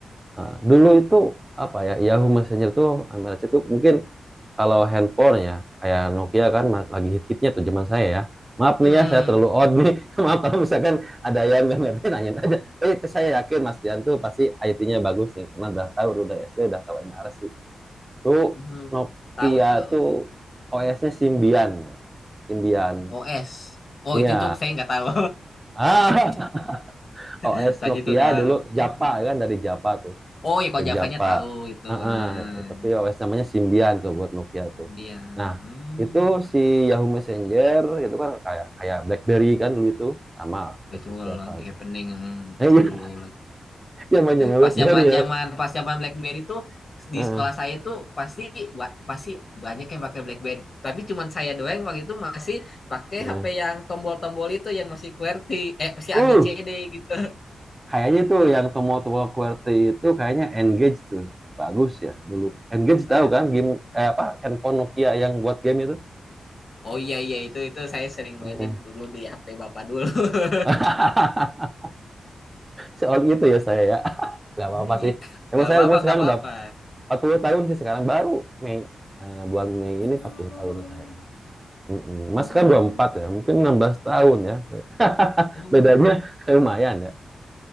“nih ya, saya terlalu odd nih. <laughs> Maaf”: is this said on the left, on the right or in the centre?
Right